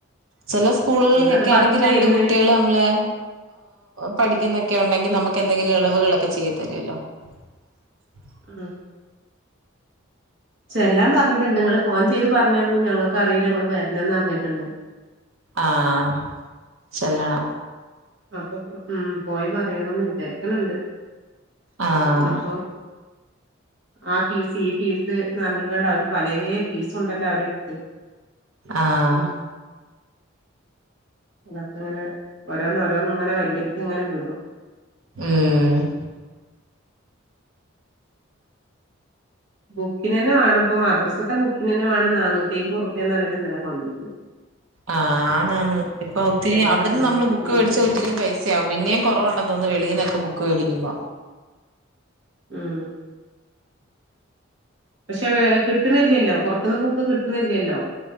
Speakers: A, on the right; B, on the right.
A: ചെല സ്കൂളുകളിലൊക്കെ
B: ഉം അത് പത്തേര്ന്ന്
A: ആണെങ്കിൽ രണ്ട് കുട്ടികള് നമ്മള് പഠിക്കുന്നൊക്കെ ഉണ്ടെങ്കിൽ
B: ഉം
A: നമുക്ക് എന്തെങ്കിലും ഇളവുകളക്കെ ചെയ്ത് തരുമല്ലോ <inaudible>
B: ഉം ചെല്ലാം പറഞ്ഞിട്ടണ്ട് ങ്ങള് ഫോൺ ചെയ്ത് പറഞാനോളന്ന് ഞങ്ങൾക്ക് അറിയില്ല നിങ്ങള് വരണന്ന് പറഞ്ഞിട്ടുണ്ട്
A: ആഹ് ചെല്ലണം
B: അപ്പൊ പോയി പറയണന്ന് വിചാരിക്കണണ്ട്
A: ആഹ്
B: ഇഞ്പ്പോ ആഹ് ഫീസ് ഈ ഫീസ് പറഞ്കാണ്ട് അവര് പലെ ഫീസ് ഉണ്ടല്ലോ അവരടത്ത്
A: ആഹ്
B: ക്കെ ഇങ്ങനെ ഓരോന്നും ഓരോന്നും ഇങ്ങനെ വരിവരിക്ക ഇങ്ങനെ വിടും
A: ഉം ഉം
B: ബുക്കിനന്നെ വേണം മദ്രാസ്സത്തെ ബുക്കിനന്നെ വേണം നാനൂറ്റി അയമ്പുരുപ്യ പറഞ്ഞിട്ട് ഇന്നലെ കൊണ്ടോയിക്നത് <inaudible>
A: ആന്നന്ന് ഇപ്പൊ ഒത്തിരി
B: ബുക്കിനെന്നെ
A: അവിടുന്ന് നമ്മള് ബുക്ക്
B: ഉം
A: മേടിച്ച ഇത്തിരി പൈസകും പിന്നെയ കുറവുണ്ടോന്ന് വെളീൽന്ന് ബുക്ക് മേടിക്കുബോ
B: ഉം പക്ഷെ കിട്ടുന്നില്ലല്ലോ പൊറത്ത്ന്ന് ബുക്ക് കിട്ടുന്നില്ലല്ലോ